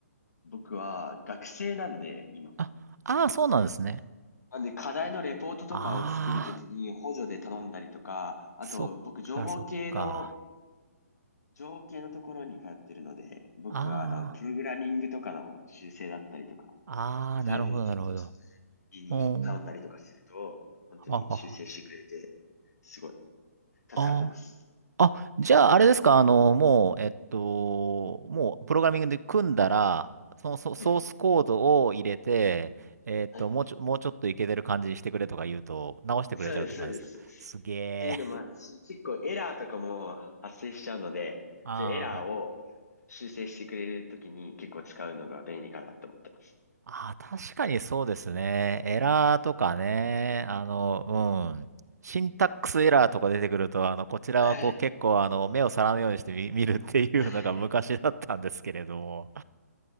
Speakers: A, on the left; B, on the right.
A: 僕は学生なんで、今。
B: あ、ああ、そうなんですね。
A: なんで、課題のレポートとかを作るときに補助で頼んだりとか、
B: ああ、
A: あと、
B: そっか、
A: 僕、情報系の
B: そっか。
A: 情景のところに通ってるので、僕はあの、
B: あ
A: プログラミングとかの修正だったりとか、
B: あ、ああ、
A: そういうのをちょっと、
B: なるほど、なるほど。
A: ちょっと、家に頼んだりとかすると、
B: おー、
A: 本当に修正してくれて、
B: ははは。
A: すごい、助かってます。
B: ああ、じゃあ、あれですか、あの、もう、えっと、もう、プログラミングで組んだら、そのソソースコードを入れて、
A: はい。
B: えっと、
A: はい。
B: もうちょ、もうちょっといけてる感じにしてくれとか言うと、直してくれちゃうって感じですか。
A: そうです、そうです、そうです。
B: すげえ。
A: っていうのもあるし、結構エラーとかも発生しちゃうので、
B: <laughs> ああ、
A: そういうエラーを修正してくれるときに結構使うのが便利かなと思ってます。
B: はい。ああ、確かにそうですね。エラーとかね、あの、うん。シンタックスエラーとか出てくると、あの、こちらはこう結構、
A: はい。
B: あの、目を皿のようにして見、見るっていうのが昔だったんですけれども。
A: はい